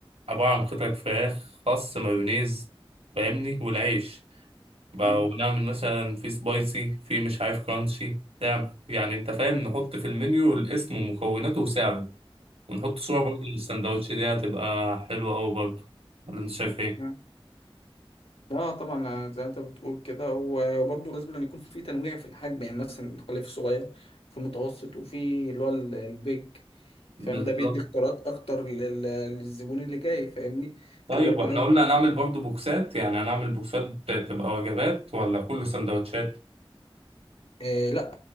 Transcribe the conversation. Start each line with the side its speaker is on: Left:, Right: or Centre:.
Right: عبارة عن قطعة فراخ خس مايونيز فاهمني والعيش بقى
Left: مم.
Right: ونعمل مثلا في سبايسي في مش عارف كرانشي نعم يعني انت فاهم نحط في المنيو الاسم ومكوناته وسعره ونحط صورة برضه للسندوتش دي هتبقى حلوة أوي برضه ولا انت شايف ايه؟
Left: تمام لا طبعا زي ما انت بتقول كده وبرضه لازم أن يكون في تنويع في الحجم يعني مثلا الخلية في الصغير في المتوسط وفي اللي هو ال- البيج فاهم
Right: بالظبط
Left: ده بيدي اختيارات اكتر لل- للزبون اللي جاي فاهمني فدي
Right: طيب
Left: برضه
Right: واحنا
Left: نقدر-
Right: قلنا هنعمل برضه بوكسات يعني هنعمل بوكسات تبقى وجبات ولا كل سندوتشات؟
Left: آه لا